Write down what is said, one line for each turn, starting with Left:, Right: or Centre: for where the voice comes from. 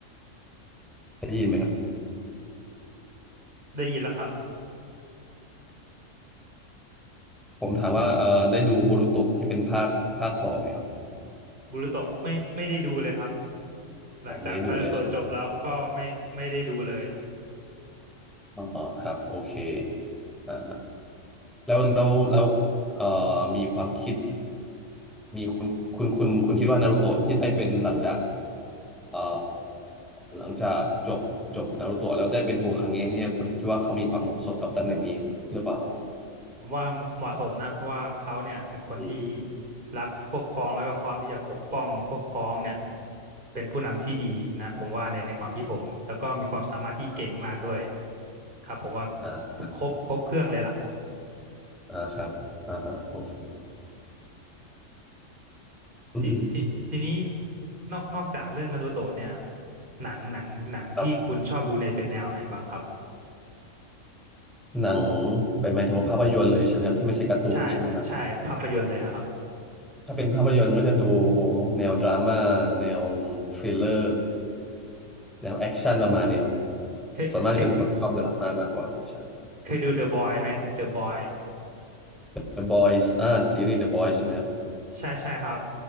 Centre: ได้ยินไหมครับ
Right: ได้ยินแล้วครับ
Centre: ผมถามว่าเออได้ดูโบรูโตะที่เป็นภาคภาคต่อไหมครับ
Right: บูรุโตะไม่ไม่ได้ดูเลยครับหลังจากนารูโตะจบแล้วก็ไม่ไม่ได้ดูเลย
Centre: อ๋อไม่ได้ดูเลย อ๋อครับโอเคอ่าแล้วแล้วแล้วเอ่อมีความคิดมีคุณคุณคุณคุณคิดว่านารูโตะที่ได้เป็นหลังจากเอ่อหลังจากจบจบนารูโตะแล้วได้เป็นโฮคาเงะเนี่ยคุณคิดว่าเขามีความเหมาะสมกับตำแหน่งนี้หรือเปล่า
Right: ผมว่าเหมาะสมนะเพราะว่าเขาเนี่ยเป็นคนที่
Centre: อืม
Right: รักพวกพ้องแล้วก็พร้อมที่จะปกป้องพวกพ้องเนี่ยเป็นผู้นำที่ดีนะผมว่าในในความคิดผมแล้วก็มีความสามารถที่เก่งมากด้วย
Centre: ครับ
Right: ครับผมว่า
Centre: อ่า
Right: ครบครบเครื่องเลยล่ะ
Centre: อ่าครับอ่าฮะโอเคอืม
Right: ทีทีทีนี้นอกนอกจากเรื่องนารูโตะเนี่ยหนังหนังหนังที่คุณชอบดูเนี่ยเป็นแนวไหนบ้างครับ
Centre: ครับหนังไปหมายถึงว่าภาพยนตร์เลยใช่ไหมครับที่ไม่ใช่การ์ตูนใช่ไหมครับ
Right: ใช่ใช่ภาพยนตร์เลยอะครับ
Centre: ถ้าเป็นภาพยนตร์ก็จะดูแนวดราม่าแนวทริลเลอร์ แนวแอคชั่นประมาณนี้ครับ
Right: เคยเคยเคย
Centre: ส่วนมากจะเป็นคนชอบดูดราม่ามากกว่าใช่
Right: เคยดู The Boy ไหม The Boy
Centre: The Boys อ่าซีรีส์ The Boys ใช่ไหมครับ
Right: ใช่ใช่ครับ